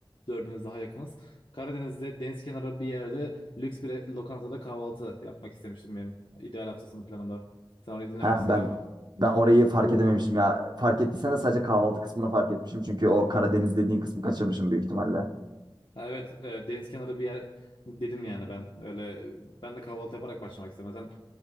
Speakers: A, on the left (about 65°); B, on the right (about 50°).
A: dördümüz daha yakınız. Karadeniz'de deniz kenarı bir yerde lüks bir lokantada kahvaltı yapmak istemiştim benim ideal hafta sonu planımda. Sen orayı dinlememişsin
B: ha ben
A: galiba.
B: ben orayı fark edememişim ya. Fark ettiysen de sadece kahvaltı kısmını fark etmişim. Çünkü o Karadeniz dediğin kısmı kaçırmışım büyük ihtimalle.
A: Ha, Evet, e, deniz kenarı bir yer dedim yani ben. Öyle e, ben de kahvaltı yaparak başlamak istedim. zaten.